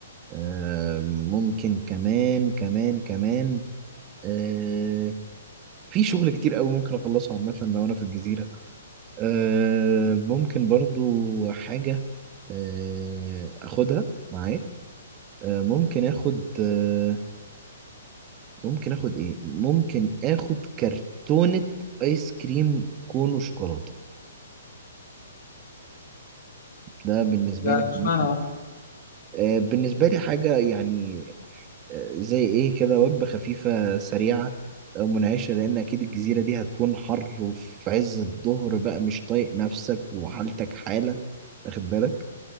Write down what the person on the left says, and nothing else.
ده
اشمعنى
يعني؟